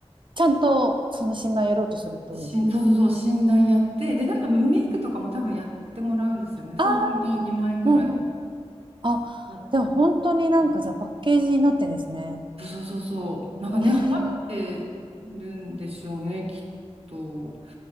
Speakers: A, on the right; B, on the right.
A: ちゃんとその診断やろうとするってことですか
B: しん、そうそうそう、診断やって、で、なんかメイクとかも多分やってもらうんですよね。
A: うん
B: そうすると2万円ぐらいに
A: あーうんうんあ、
B: なっ
A: でも本当になんかじゃあパッケージになってんですね。
B: ちゃうそうそうそうそう。なんかね、
A: えー、
B: 流行ってるんでしょうね、きっと。